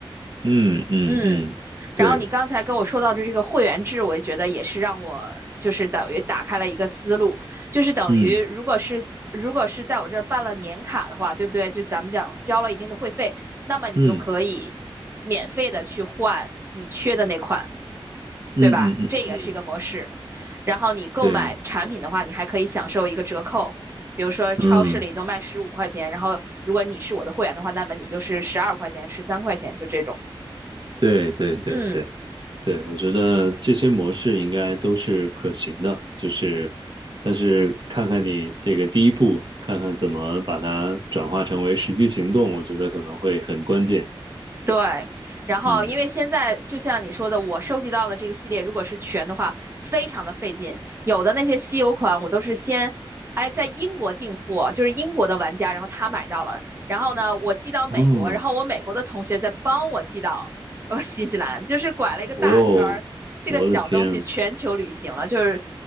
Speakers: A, on the right (about 60°); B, on the right (about 30°).
A: 嗯嗯嗯，
B: 嗯，
A: 对，
B: 然后你刚才跟我说到的这个会员制，我觉得也是让我就是等于打开了一个思路，就是等于如果是如果是在我这儿办了年卡的话，
A: 嗯
B: 对不对？就咱们讲交了一定的会费，那么你就可以免费的去换你缺的那款。
A: 嗯嗯嗯嗯嗯，
B: 对吧？这也是一个模式。然后你购买产品的话，
A: 对，
B: 你还可以享受一个折扣，比如说超市里都卖十五块钱，
A: 嗯
B: 然后如果你是我的会员的话，那么你就是十二块钱、十三块钱，就这种。
A: 对对对对
B: 嗯。
A: 对，我觉得这些模式应该都是可行的，就是，但是看看你这个第一步，看看怎么把它转化成为实际行动，我觉得可能会很关键。
B: 对，然后因为现在就像你说的，
A: 嗯，
B: 我收集到的这个系列，如果是全的话，非常的费劲。有的那些稀有款，我都是先，哎，在英国订货，就是英国的玩家，然后他买到了，然后呢，我寄到美国，
A: 哦，
B: 然后我美国的同学再帮我寄到呃新西兰，就是拐了一个大圈儿，
A: 哦，
B: 这个小东西全球旅行了，
A: 我的天，
B: 就是